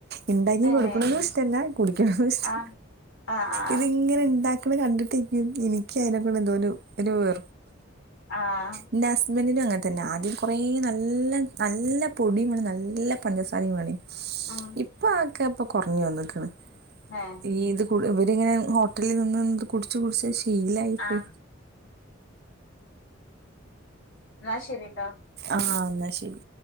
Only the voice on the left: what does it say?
ഏഹ്
ആഹ് ആഹ് ആഹ്
ആഹ്
ഉം
ഏഹ്
ആഹ് ന്നാ ശരി